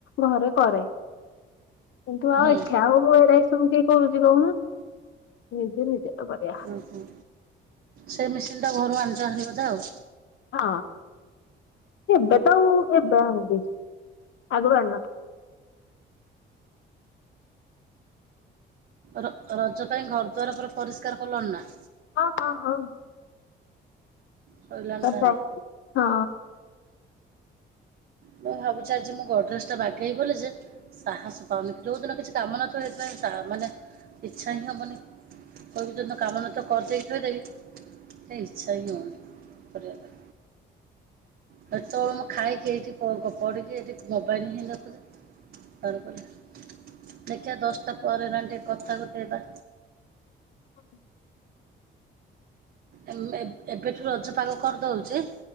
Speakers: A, on the left; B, on the right.
A: ଘରେ କରେ କିନ୍ତୁ ଆଉ
B: ହୁଁ
A: ଏଠି ଆଉ ମୁଁ ଏ ତୁ କିଏ କରୁଚି କହୁନ ନିଜେ ନିଜର କରିବା।
B: ଓହୋ ସେ ମେସିନ୍ ଟା ଘରୁ ଆଣିଚନ୍ତି ବୋଧେ ଆଉ।
A: ହଁ ଏବେ ତ ଆଉ ଏବେ ଆଣିଦେଇଚି। ଆଗରୁ ଆଣି ନଥିଲି।
B: ର ରଜ ପାଇଁ ଘରଦ୍ୱାର ପୁରା ପରିଷ୍କାର କଲଣି ନା?
A: ହଁ ହଁ ହଁ।
B: ସଇଲାଣି
A: ପ୍ରପ
B: ତାହେଲେ
A: ହଁ।
B: ମୁଁ ଭାବୁଚି ଆଜି ମୋ ଗଡ୍ରେଜ ଟା ବାଗେଇ ବି ବୋଲି ଯେ ସାହାସ ପାଉନି। ଯୋଉଦିନ କିଛି କାମ ନଥିବ ଏଇଥିପାଇଁ ତା ମାନେ ଇଚ୍ଛା ହିଁ ହବନି। କହିବି ଯୋଉ ଦିନ କାମ ନଥିବ କରିଦେଇ ଥୋଇଦେବି। ଏ ଇଚ୍ଛା ହିଁ ହଉନି କରିବା ପାଇଁ। ହେତବଳୁ ମୁଁ ଖାଇକି ଏଇଠି ପ -ପଡ଼ିକି ଏଠି ମୋବାଇଲ ହିଁ ଦେଖୁଚି। <inaudible> ଦେଖିବା ଦଶଟା ପରେ ହେଲାଣି ଟିକେ କଥା କୋଥି ହବା।
A: <inaudible>
B: ଏମ୍ ଏବ୍ ଏବେଠୁ ରଜ ପାଗ କରିଦଉଚି?